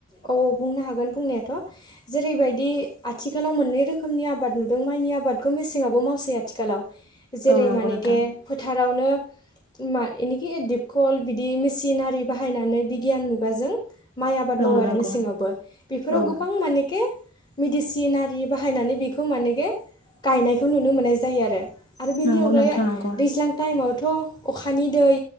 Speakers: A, on the left; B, on the left.
A: औ औ बुंनो हागोन बुंनायाथ'। जेरैबायदि आथिखाल। खालाव मोननै रोखोमनि आबाद नुदों मायनि आबादखौ मेसेङाबो मावसै आथिखालाव। जेरै
B: औ नंगौ
A: मानेखे
B: नोंथां
A: फोथारावनो मा इनिखि डिपकल बिदि मिसिनआरि बाहायनानै बिगियान मुगाजों माइ आबाद
B: औ
A: मावो
B: नंगौ
A: आरो मेसेङावबो बेफोराव
B: औ
A: गोबां मानेके मेडिसिन आ रि बाहायनानै बेखौ मानेके गायनायखौ नुनो मोननाय जायो आरो। आरो बेनि
B: नंगौ
A: अनगायै
B: नोंथां नंगौ
A: दैज्लां टाइमाव थ' अखानि दै